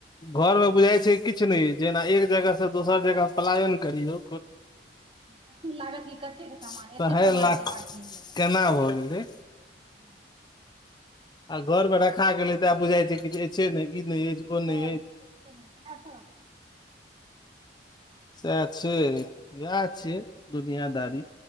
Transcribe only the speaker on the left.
घरमे बुझाइ छै किछु नहि जेना एक जगहसँ दोसर जगह पलायन करियौ
तहन
लाख
केना भऽ गेलै
आ घरमे रखा गेलै तऽ आब बुझाइ छै। किछ अच्छे ने ई नहि अछि
सएह छै इएह छियै दुनिियदारी